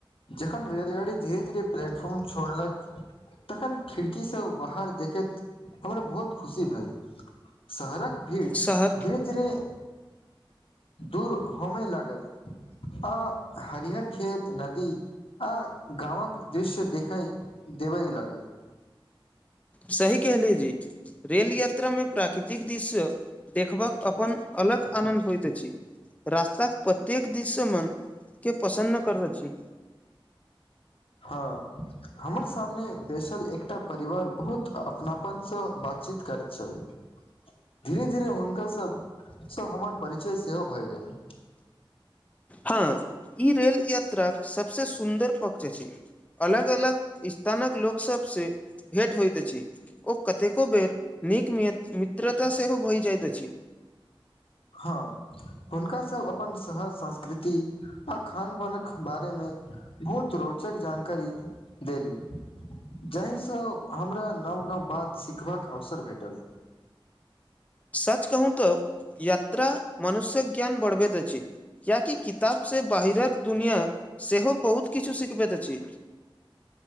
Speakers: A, on the left; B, on the left.
A: जखन रेलगाड़ी धीरे धीरे प्लेटफार्म छोड़लक तखन खिड़कीसँ बाहर देखैत हमरा बहुत खुशी भेल शहरक भीड़ धीरे
B: शहर
A: धीरे दूर होमेय लागल आ हरिहर खेत नदी आ गामक दृश्य देखै देबै लागल
B: सही कह ली जी रेल यात्रामे प्राकृतिक दृश्य देखबाक अपन अलग आनन्द होइत अछि रास्ताक प्रत्येक दिस मन के पसन्न कर छी
A: हँ हमर सामने बैसल एकटा परिवार बहुत अपनापन सँ बातचीत करैत छलै धीरे धीरे हुनकासभ सँ हमर परिचय सेहो भए गेल <inaudible>
B: हँ ई रेल यात्राक सभसँ सुन्दर पक्ष अछि अलग अलग स्थानक लोक सबसँ भेट होइत अछि ओ कतेको बेर नीक मित्रता सेहो भहि जाइत अछि
A: <inaudible> हँ हुनका सब अपन शहर संस्कृति आ खान पानक बारेमे बहुत रोचक जानकारी देली जाहिसँ हमरा नव नव बात सीखबाक अवसर भेटल
B: सच कहू तऽ यात्रा मनुष्यक ज्ञान बढ़बैत अछि कियाकि किताबसँ बाहिरत दुनिआँ सेहो बहुत किछु सिखबैत अछि